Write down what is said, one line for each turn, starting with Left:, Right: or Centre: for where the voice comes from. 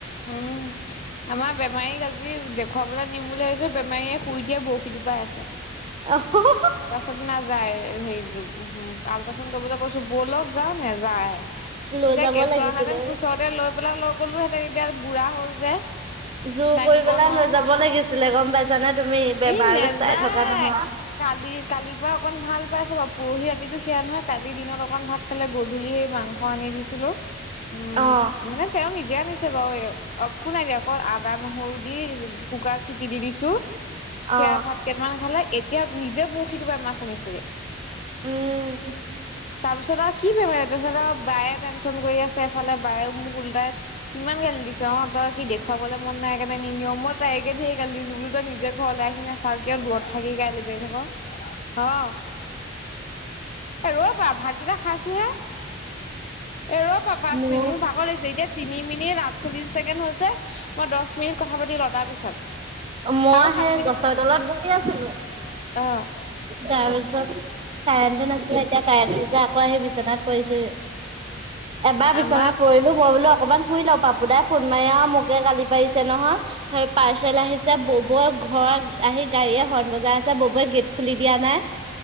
Left: উম। আমাৰ বেমাৰীক আজি দেখুৱাবলৈ নিম বুলি ভাবিছোঁ। বেমাৰীয়ে শুই উঠিয়ে বৰশী টুপাই আছে।
Right: আহ হ হ
Left: তাৰ পিছত নাযায়। হেৰিটো, আল্ট্ৰাচাউড কৰিবলৈ কৈছোঁ। বলক যাওঁ, নেযাই।
Right: লৈ
Left: এতিয়া
Right: যাব
Left: কেঁচুৱাহেতেন
Right: লাগিছিলে
Left: কুচতে লৈ পেলাই লৈ গলোতেন, এতিয়া বুঢ়া হ'ল যে।
Right: জোৰ
Left: দাঙিব
Right: কৰি পেলাই
Left: নোৱাৰো।
Right: লৈ যাব লাগিছিলে গম পাইছানে তুমি,
Left: ই
Right: বেমাৰ
Left: নেযায়।
Right: চাই থকা নহয়।
Left: কালি কালিৰ পৰা অকণ ভাল পাইছে বাৰু পৰহি ৰাতিটো সেয়া নহয় কালিৰ দিনত অকণ ভাত সিফালে গধূলি মাংস আনি দিছিলোঁ। উম
Right: অ
Left: মানে তেওঁ নিজে আনিছে বাৰু একো নাই দিয়া। অকল আদা নহৰু দি কুকাৰত চিটি দি দিছোঁ। সেয়া
Right: অ
Left: ভাত কেইটামান খালে, এতিয়া নিজে বৰশি টুপাই মাছ আনিছেগে।
Right: উম।
Left: তাৰপিছত আৰু কি বেমাৰী তাৰপিছত আৰু বায়ে টেনচন কৰি আছে, এফালে বায়ে মোক ওল্টাই কিমান গালি দিছে। অ, তই কি দেখুৱাবলে মন নাই কাৰণে নিনিয়, তাইক একে লেঠাই গালি দিছোঁ। বুলো তই নিজ ঘৰলে আহি নেচায় চাও কিয় দূৰত থাকি গালি পাই থাক? অ এ ৰবা ভাতকেইটা খাইছোহে, এ ৰবা পাঁচ
Right: মোৰ
Left: মিনিট মোক ভাগৰ লাগিছে এতিয়া তিনি মিনিট আঠচল্লিশ ছেকেণ্ড হৈছে, মই দহ মিনিট কথা পাতি লও তাৰ পিছত।
Right: মই
Left: আৰু সাত
Right: সেই গছৰ তলত বহি আছিলোঁ।
Left: অহ
Right: তাৰ পিছত কাৰেণ্টটো নাছিলে। এতিয়া কাৰেণ্টটো যে আকৌ আহি বিচনাত পৰিছোহি। এবাৰ বিচনাত
Left: আমাৰ
Right: পৰি মই বোলো অকমান শুই লওঁ পাপু দাই ফোন মাৰি আৰু মোকে গালি পাৰিছে নহয়। হয় পাৰ্চেল আহিছে বব'ই ঘৰ আহি গাড়ীয়ে হৰ্ণ বজাইআছে, আছে বব'ই গেট খুলি দিয়া নাই।